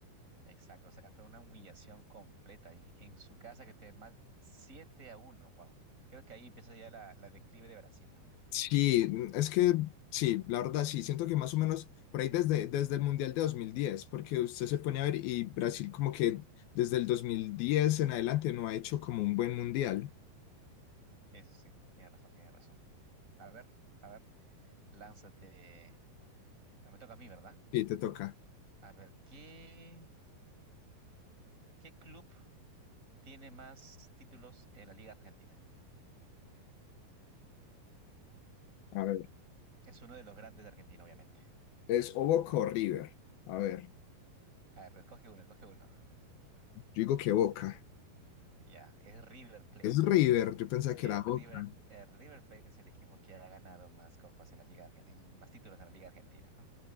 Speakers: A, on the right; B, on the left.
A: Exacto, o sea, fue una humillación completa y en su casa que te más 7 a uno, wow. Creo que ahí empieza ya la, la declive de Brasil, ¿ah?
B: Sí, es que sí, la verdad sí, siento que más o menos por ahí desde, desde el Mundial de 2010, porque usted se pone a ver y Brasil como que desde el 2010 en adelante no ha hecho como un buen Mundial.
A: Eso sí, tiene razón, tiene razón. A ver, a ver, lánzate. Ah, Me toca a mí, ¿verdad?
B: Sí, te toca.
A: A ver, ¿qué, qué club tiene más títulos en la Liga Argentina?
B: A ver,
A: Es uno de los grandes de Argentina, obviamente.
B: es Oboco River. A ver.
A: A ver, escoge uno, escoge uno.
B: Yo digo que Boca.
A: Ya, es River Plate.
B: Es River, yo pensaba que
A: El
B: era Boca.
A: River, el River Plate es el equipo que ha ganado más copas en la Liga, Argen- en más títulos en la Liga Argentina, ¿no?